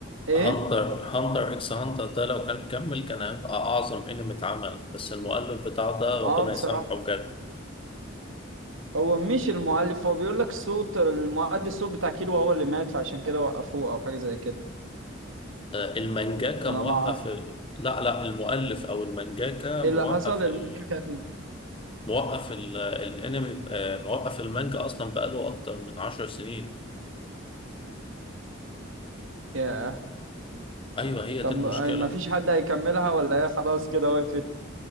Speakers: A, on the right (about 75°); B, on the left (about 25°).
A: ايه
B: هانتر هانتر اكس هانتر ده لو كان كمل كان هيبقى أعظم أنمي اتعمل بس المؤلف بتاعه ده ربنا
A: اه بصراحة
B: يسامحه بجد
A: هو مش المؤلف هو بيقول لك صوت المؤدي الصوت بتاع كيلو هو اللي مات فعشان كده وقفوه او حاجة زي كده
B: آه، المانجاكا
A: انا
B: موقف
A: ما اعرف
B: ال... لا لا المؤلف أو المانجاكا
A: ايه
B: موقف
A: اللي حصل المانجا
B: ال...
A: كانت
B: موقف ال... الأنمي آه، موقف المانجا أصلا بقاله أكتر من عشر سنين
A: ياه
B: أيوه هي
A: طب
B: دي المشكلة
A: آه، ما فيش حد هيكملها ولا هي خلاص كده وقفت